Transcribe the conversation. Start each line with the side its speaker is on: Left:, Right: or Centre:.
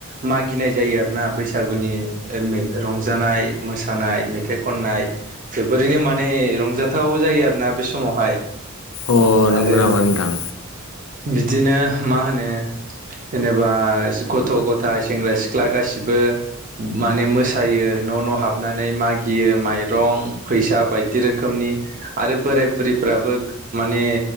Right: मागिनाय जायो आरो ना बैसागुनि रंजानाय मोसानाय मेथाइ खननाय जोबोरैनो माने रंजाथाव जायो आरोना बे समावहाय
Left: अ नंगौ
Right: आरो
Left: नामा नोंथां
Right: बिदिनो मा होनो जेनेबा गथ' गथाइ सेंग्रा सिख्ला गासिबो माने मोसायो न' न' हाबनानै मागियो माइरं फैसा बायदि रोखोमनि आरो बोराय बुरैफ्राबो माने